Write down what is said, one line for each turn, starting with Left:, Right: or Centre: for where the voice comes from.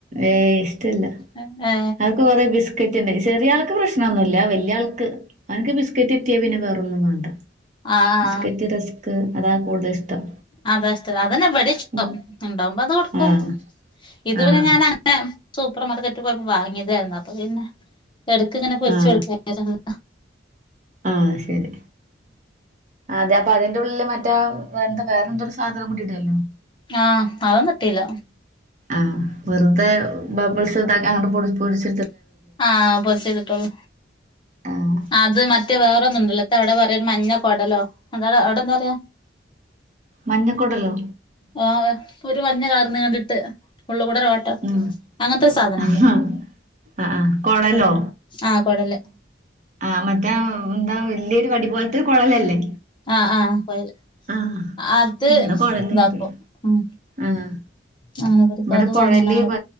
Right: ഏ ഇഷ്ടല്ല
Left: ഏ
Right: അവൊക്ക കൊറെ ബിസ് സ്കറ്റെന്നെ ചെറിയ ആൾക്ക് പ്രശ്നൊന്നുല്ല വെല്ല്യ ആൾക്ക് ഓൻക്ക് ബിസ്ക്കറ്റ് ട്ടിയാ പിന്നെ വെറൊന്നും വാണ്ട
Left: ആ ആ
Right: ക്കറ്റ് റസ്ക് അതാ കൂടുതല് ഇഷ്ടം
Left: അതാഷ്ട അതന്നെ വ്ടെ ഇഷ്ടം
Right: ഉം
Left: ഉണ്ടാവുമ്പോ അത് കൊടുക്കും
Right: ആഹ്
Left: ഇതു
Right: ആഹ്
Left: പിന്നെ ഞാൻ അങ്ങനെ സൂപ്പർ മാർക്കറ്റ് പോയ്പ്പൊ വാങ്ങിയതാരുന്നു അപ്പൊ പിന്നെ എടക്ക്‌ ങ്ങനെ പൊര്ച്ചു
Right: ആഹ്
Left: കൊട്ക്ക <unintelligible>
Right: ആഹ് ശരി അതെ അപ്പൊ അതിന്റെ ഉള്ളില് മറ്റാ എന്ത വേറെന്തൊരു സാധനം കൂടി ടല്ലോ
Left: ആഹ് അവൻ ത്തില്ല
Right: ആഹ് വെറുതെ ബബ്ൾസ് താക്ക അങ്ങട്ട് പൊടി പൊടിച്ച്
Left: ആഹ് പൊര്ച്ച് തിട്ടോള്ളൂ
Right: ആഹ്
Left: അത് മറ്റേ വേറൊന്നു ണ്ടല്ലോ ത്തവ ന്താ പറയാ ഒരു മഞ്ഞ കൊടലോ ന്തട അവ്ട ന്താ പറയാ
Right: മഞ്ഞക്കുടലോ
Left: ആഹ് ഒരു മഞ്ഞ കളർ ന്നീണ്ടിട്ട് ഉള്ളുകൂടരോട്ട
Right: ആഹ്
Left: അങ്ങൻത്തൊര് സാധനണ്ട്
Right: ആഹ് ആഹ് ആഹ് കൊഴലോ
Left: ആഹ് കൊടല്
Right: ആഹ് മറ്റേ ന്താ വല്ല്യൊരു വടി പോൽത്തൊര് കൊഴലല്ലേ
Left: ആ ആഹ് കൊയല്
Right: ആഹ്
Left: അത്
Right: ഇവിടെ കൊഴല്
Left: താക്കും
Right: പറയും
Left: ഉം
Right: ആഹ്
Left: ആങ്ങന വെറുതാ
Right: ഇവിടെ
Left: അത്
Right: കൊഴല്
Left: വങ്ങ്യ ല്ലരും